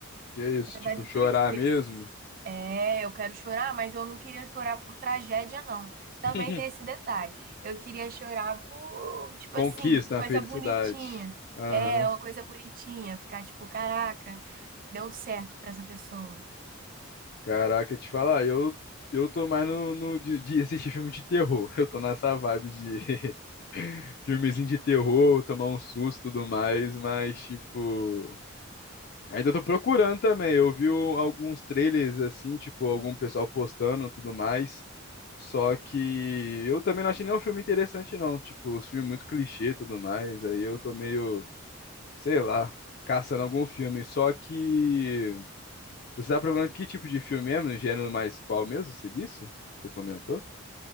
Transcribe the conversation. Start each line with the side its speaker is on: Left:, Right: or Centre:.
Left: Que isso,
Right: Na
Left: tipo,
Right: vibe
Left: chorar
Right: tristeza.
Left: mesmo?
Right: É, eu quero chorar, mas eu não queria chorar por tragédia, não. Também
Left: <laughs>
Right: tem esse detalhe. Eu queria chorar por, tipo
Left: Conquista
Right: assim, coisa
Left: a felicidade.
Right: bonitinha.
Left: Aham.
Right: É, uma coisa bonitinha. Ficar tipo, caraca, deu certo pra essa pessoa.
Left: Caraca, eu te falar, eu, eu tô mais no, no de, de assistir filme de terror. <laughs> Eu tô nessa vibe de <laughs> filmezinho de terror, tomar um susto e tudo mais, mas, tipo. Ainda tô procurando também. Eu vi o- alguns trailers assim, tipo, algum pessoal postando e tudo mais. Só que eu também não achei nenhum filme interessante, não. Tipo, os filmes muito clichê e tudo mais. Aí eu tô meio, sei lá, caçando algum filme. Só que você tá procurando que tipo de filme mesmo? No gênero mais qual mesmo? Você disse? Você comentou?